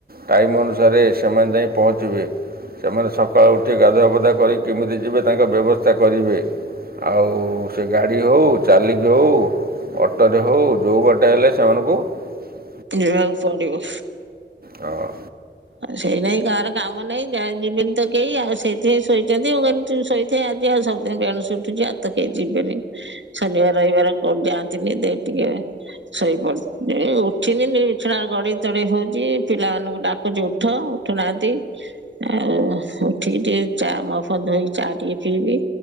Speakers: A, on the right; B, on the right.
A: ଟାଇମ୍ ଅନୁସାରେ ସେମାନେ ଯାଇ ପହଞ୍ଚିବେ। ସେମାନେ ସକାଳୁ ଉଠି ଗାଧୁଆପଧା କରି କେମିତି ଯିବେ ତାଙ୍କ ବ୍ୟବସ୍ଥା କରିବେ। ଆଉ ସେ ଗାଡ଼ି ହଉ ଚାଲିକ ହଉ ଅଟୋରେ ହଉ ଯେଉ ଗୋଟେ ହେଲେ ସେମାନଙ୍କୁ -
B: ଯିବାକୁ ପଡିବ
A: ହଁ
B: ସେଇ ନାଇଁ କାର କାମ ନାଇଁ ଯାହା ଯିବିନି ତ କେହି ଆଉ ସେଇଥିପାଇଁ ଶୋଇଛନ୍ତି ମୁଁ କେମି ଶୋଇଥଥାଏ ଆଜି ଆଉ ସବଦିନ ବେଣୁସୁ ଉଠୁ। ଯା ତ କେହି ଯିବେନି ଶନିବାର ରହିବାର କୋଉଠି ଯାଆନ୍ତିନି ଦେଇ ଟିକେ ସୋଇପଡ଼ ଏ ଉ ଉଠିକିନି ବିଛଣା ଗଡେଇ ତଡେଇ ହଉଛି ପିଲାମାନଙ୍କୁ ଡାକୁଚି ଉଠ ଉଠୁନାହାନ୍ତି। ଆଉ ଉଠିକି ଟିକେ ଚା ମୁହଁ ଧୋଇ ଚା ଟିକେ ପିଇବି